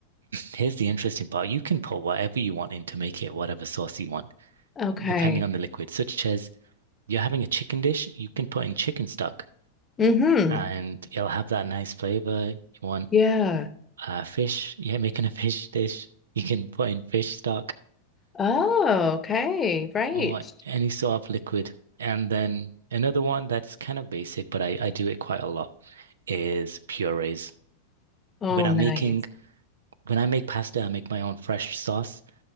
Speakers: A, on the right; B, on the left.
A: here's the interesting part. You can put whatever you want in to make it whatever sauce you want,
B: Okay.
A: depending on the liquid, such as you're having a chicken dish, you can put in chicken stock
B: Mm-hmm.
A: and it'll have that nice flavor. You want
B: Yeah.
A: uh, fish, yeah, making a <laughs> fish dish, you can put in fish stock.
B: Oh, okay. Right.
A: or any sort of liquid. And then another one that's kind of basic, but I, I do it quite a lot is purees.
B: Oh,
A: When I'm
B: nice.
A: making when I make pasta, I make my own fresh sauce.